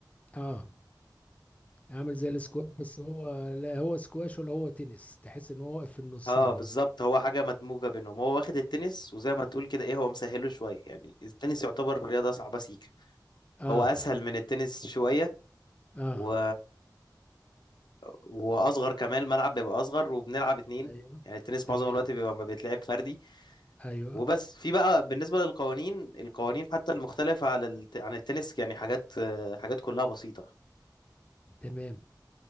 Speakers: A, on the left; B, on the left.
A: اه عامل زي السكواش بس هو لا هو سكواش ولا هو تنس تحس ان هو واقف في النص
B: اه
A: بينهم
B: بالظبط هو حاجة مدموجة بينهم هو واخد التنس وزي ما تقول كده ايه هو مسهله شوية يعني التنس يعتبر رياضة صعبة سيكة
A: اه
B: هو اسهل من التنس شوية
A: اه
B: و... واصغر كمان الملعب بيبقى اصغر وبنلعب اتنين
A: ايوه
B: يعني التنس
A: تمام
B: معظم الوقت بيبقى ما بيتلعب فردي
A: ايوه
B: وبس في بقى بالنسبة للقوانين القوانين حتى المختلفة على الت... عن التنس يعني حاجات حاجات كلها بسيطة
A: تمام